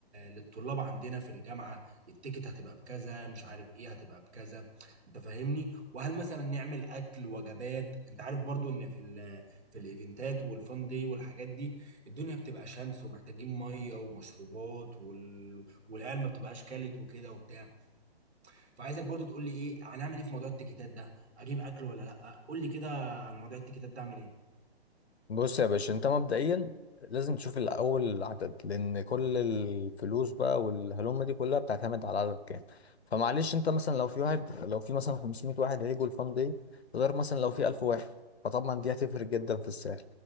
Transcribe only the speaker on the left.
بص يا باشا انت مبدئيا لازم تشوف الاول العدد لان كل الفلوس بقى والهلومه دي كلها بتعتمد على العدد كام فمعلش انت مثلا لو في واحد لو في مثلا 500 واحد هيجوا الفان دي غير مثلا لو في 1000 واحد فطبعا دي هتفرق جدا في السعر